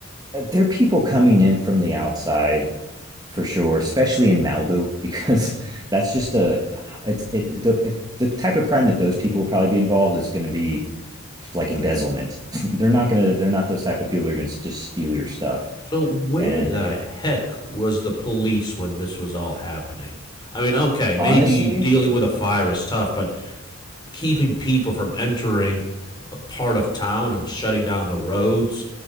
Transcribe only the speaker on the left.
So where
the
heck was the police when this was all happening? I mean, okay, maybe
dealing with a fire is tough, but keeping people from entering a part of town and shutting down the roads,